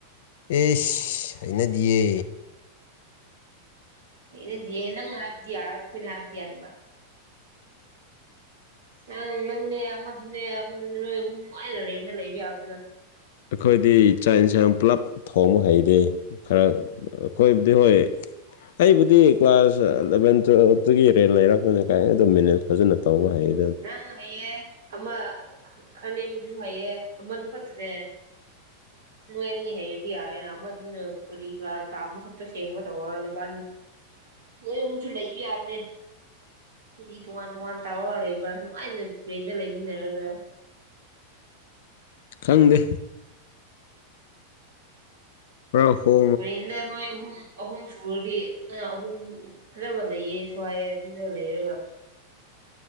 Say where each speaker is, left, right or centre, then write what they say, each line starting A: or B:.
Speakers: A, on the left (about 55°); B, on the right (about 60°).
A: ꯑꯤꯁ ꯍꯥꯏꯅꯗꯤꯌꯦ
B: ꯏꯩꯅꯗꯤꯌꯦ ꯅꯪ ꯍꯥꯏꯕꯗꯤꯌꯥ ꯑꯩꯈꯣꯏꯅ ꯍꯥꯏꯕꯗꯤ ꯑꯗꯨꯒ ꯅꯪ ꯅꯪꯅꯦ ꯑꯃꯗꯨꯅꯦ ꯅꯣꯏ ꯑꯍꯨꯝꯛ ꯑꯥꯏꯅꯔꯦꯟꯗ ꯂꯩꯕ ꯌꯥꯕꯗꯨ
A: ꯑꯩꯈꯣꯏꯗꯤ ꯆꯥꯛ ꯏꯟꯁꯥꯡ ꯄꯨꯂꯞ ꯊꯣꯡꯕ ꯍꯩꯇꯦ ꯈꯔ ꯑꯩꯈꯣꯏꯕꯨꯗꯤ ꯍꯣꯏ ꯑꯩꯕꯨꯗꯤ ꯀ꯭ꯂꯥꯁ ꯑꯦꯂꯚꯦꯟ ꯇꯨꯌꯦꯦꯜꯞꯇꯨꯒꯤ ꯔꯦꯟ ꯂꯩꯔꯛꯄꯅꯤꯅ ꯀꯥꯏꯅ ꯑꯗꯨꯝ ꯃꯦꯅꯦꯖ ꯐꯖꯅ ꯇꯧꯕ ꯍꯥꯏꯩ
B: ꯅꯪ ꯍꯥꯏꯩꯑ ꯑꯃ ꯈꯔꯅꯦꯗꯨꯁꯨ ꯍꯥꯏꯑ ꯑꯃꯗꯨ ꯈꯛꯇꯦ <unintelligible> ꯅꯣꯏ ꯑꯅꯤ ꯍꯩꯔꯗꯤ ꯌꯥꯔꯣꯏꯅ ꯑꯃꯗꯨꯅ ꯀ ꯆꯥꯝꯃ ꯈꯣꯠꯄ ꯁꯦꯡꯕ ꯇꯧꯔ ꯅꯨꯕꯥ ꯅꯣꯏ ꯑꯃꯨꯛꯁꯨ <unintelligible> <unintelligible> ꯇꯣꯉꯥꯟ ꯇꯣꯉꯥꯟ <unintelligible> ꯅꯨꯡꯉꯥꯏ ꯄꯦꯟꯗ ꯂꯩꯃꯤꯟꯅꯔꯒ
A: ꯈꯪꯗꯦ ꯑ ꯍꯣ
B: ꯔꯦꯟꯗ ꯅꯣꯏ ꯑꯍꯨꯝ ꯑꯍꯨꯝ ꯁꯨꯔꯗꯤ ꯑꯍꯨꯝ ꯐꯖꯕ ꯂꯩꯌꯦ ꯁ꯭ꯋꯥꯏꯑ ꯑꯗꯨꯗ ꯂꯩꯔꯒ